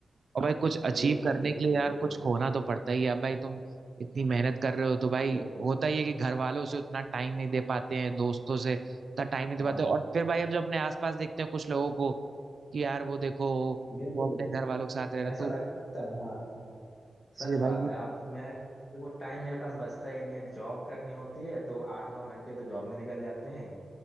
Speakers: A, on the right; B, on the left.
A: और भाई कुछ अचीव
B: बिल्कुल
A: करने
B: बिल्कुल
A: के लिए यार
B: बिल्कुल
A: कुछ खोना तो पड़ता ही है अब भाई तुम इतनी मेहनत कर रहे हो तो भाई
B: बिल्कुल
A: होता ही है कि घर वालों से उतना टाइम नहीं दे पाते हैं दोस्तों से उतना टाइम नहीं
B: हाँ
A: दे पाते और फिर भाई अब जब अपने आसपास देखते हैं कुछ लोगों को कि यार वो देखो
B: बिल्कुल
A: वो अपने
B: बिल्कुल
A: घर वालों के साथ रह रहे
B: ऐसा
A: तो
B: लगता है हाँ सच
A: इसलिए
B: बात
A: भाई ये
B: है अब मैं देखो टाइम मेरे पास बचता ही नहीं है जॉब करनी होती है तो आठ नौ घंटे तो जॉब में निकल जाते हैं